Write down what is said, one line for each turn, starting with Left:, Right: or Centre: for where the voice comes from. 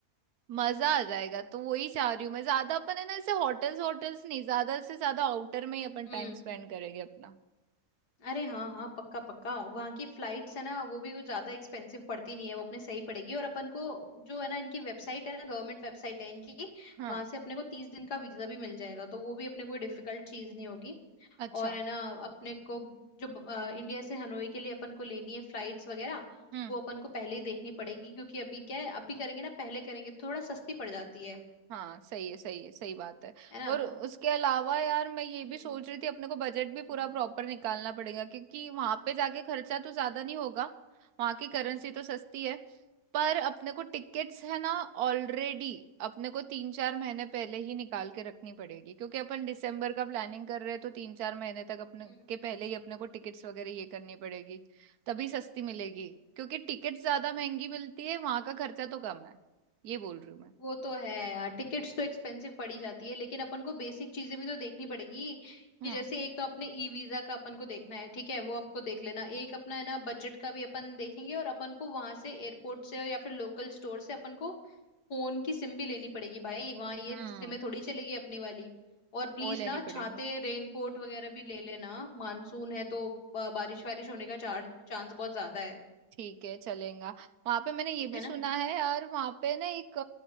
Right: मजा आ जाएगा तो वही चाह रही हूँ मैं ज्यादा अपन है ना ऐसे होटल्स होटल्स नहीं ज्यादा से ज्यादा आउटर में ही अपन
Left: हम्म
Right: टाइम स्पेंड करेंगे अपना
Left: अरे हाँ हाँ पक्का पक्का वहाँ की फ्लाइट्स है ना वो भी कुछ ज्यादा एक्सपेंसिव पड़ती नहीं है वो अपने सही पड़ेगी और अपन को जो है ना इनकी वेबसाइट है ना गवर्नमेंट वेबसाइट है इनकी
Right: हाँ
Left: वहां से अपने को तीस दिन का वीजा भी मिल जाएगा तो वो भी अपने को डिफिकल्ट चीज नहीं होगी
Right: अच्छा
Left: और है ना अपने को जो अ, इंडिया से हनोई के लिए अपन को लेनी है फ्लाइट्स वगैरह
Right: हम्म
Left: वो अपन को पहले ही देखनी पड़ेगी क्योंकि अभी क्या है अभी करेंगे ना पहले करेंगे तो थोड़ा सस्ती पड़ जाती है
Right: हाँ सही है सही है सही बात है
Left: है ना
Right: और उसके अलावा यार मैं ये भी
Left: हम्म
Right: सोच रही थी अपने को बजट भी पूरा
Left: हम्म
Right: प्रॉपर निकालना पड़ेगा क्योंकि वहां पे जाके खर्चा तो ज्यादा नहीं होगा वहां की करेंसी
Left: हम्म
Right: तो सस्ती है पर अपने को टिकट्स है ना ऑलरेडी अपने को तीन चार महीने पहले ही निकाल के रखनी पड़ेगी क्योंकि अपन दिसंबर का प्लानिंग कर रहे हैं तो तीन चार महीने तक अपने
Left: हम्म हम्म
Right: के पहले
Left: हम्म
Right: ही
Left: हम्म।
Right: अपने को टिकट्स वगैरह ये करनी पड़ेगी तभी सस्ती मिलेगी क्योंकि टिकट्स ज्यादा महंगी मिलती है वहां का खर्चा तो कम है ये बोल रही हूँ मैं
Left: वो तो है यार टिकट्स तो एक्सपेंसिव पड़ी जाती है लेकिन अपन को बेसिक चीजें भी तो देखनी पड़ेगी कि
Right: हम्म।
Left: जैसे एक तो अपने ई वीजा का अपन को देखना है ठीक है वो आपको देख लेना एक अपना है ना बजट का भी अपन देखेंगे और अपन को वहां से एयरपोर्ट से या फिर लोकल स्टोर से अपन को फोन की सिम भी लेनी पड़ेगी भाई वहां ये
Right: हम्म
Left: सिमें थोड़ी चलेगी अपनी वाली और प्लीज
Right: वो लेनी
Left: ना
Right: पड़ेंगे
Left: छाते रेनकोट वगैरह भी ले लेना मानसून है तो ब- बारिश वारिश होने का चार चांस बहुत ज्यादा है
Right: ठीक है चलेगा वहां पे मैंने ये भी
Left: है
Right: सुना
Left: ना
Right: है यार वहां पे ना एक